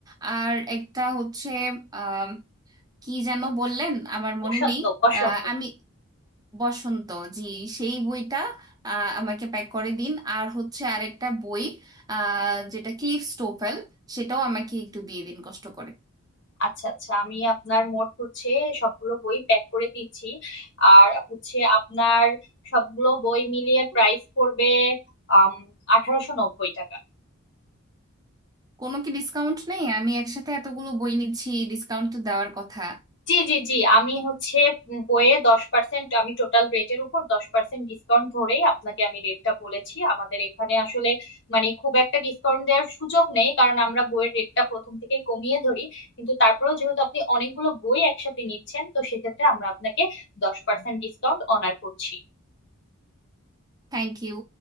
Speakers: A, on the right (about 20°); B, on the left (about 55°).
A: আর একটা হচ্ছে আম, কি যেন বললেন আমার
B: বসন্ত
A: মনে নেই
B: বসন্ত
A: আহ, আমি বসন্ত জি সেই বইটা আহ, আমাকে প্যাক করে দিন আর হচ্ছে আরেকটা বই আহ, যেটা ক্লিফ স্টোফেল সেটাও আমাকে একটু দিয়ে দিন কষ্ট করে
B: আচ্ছা আচ্ছা আমি আপনার মোট হচ্ছে সবগুলো বই প্যাক করে দিচ্ছি আর হচ্ছে আপনার সবগুলো বই মিলিয়ে প্রাইস পড়বে আম আঠারোশো নব্বই টাকা
A: কোনো কি ডিসকাউন্ট নেই আমি একসাথে এতগুলো বই নিচ্ছি ডিসকাউন্ট তো দেওয়ার কথা
B: জি জি জি আমি হচ্ছে উম বইয়ে দশ পার্সেন্ট আমি টোটাল রেটের উপর দশ পার্সেন্ট ডিসকাউন্ট ধরেই আপনাকে আমি রেটটা বলেছি আমাদের এখানে আসলে মানে খুব একটা ডিসকাউন্ট দেওয়ার সুযোগ নেই কারণ আমরা বইয়ের রেটটা প্রথম থেকেই কমিয়ে ধরি কিন্তু তারপরেও যেহেতু আপনি অনেকগুলো বই একসাথে নিচ্ছেন তো সেক্ষেত্রে আমরা আপনাকে দশ পার্সেন্ট ডিসকাউন্ট অনার করছি
A: Thank you